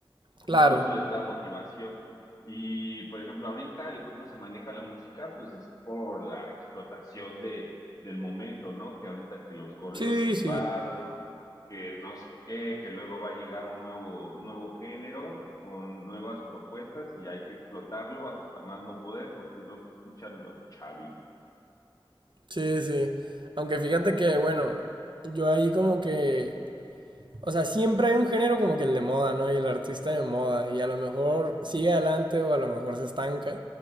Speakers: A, on the right; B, on the left.
A: Claro.
B: incluso les da motivación. Y, por ejemplo, ahorita el cómo se maneja la música, pues es por la explotación de, del momento, ¿no? Que ahorita que los corridos
A: Sí,
B: tumbados,
A: sí.
B: que no sé qué, que luego va a llegar un nuevo, nuevo género con nuevas propuestas y hay que explotarlo hasta más no poder porque es lo que escuchan los chavis.
A: Sí, sí. Aunque fíjate que, bueno, yo ahí como que, o sea, siempre hay un género como que el de moda, ¿no? Y el artista de moda, y a lo mejor sigue adelante o a lo mejor se estanca.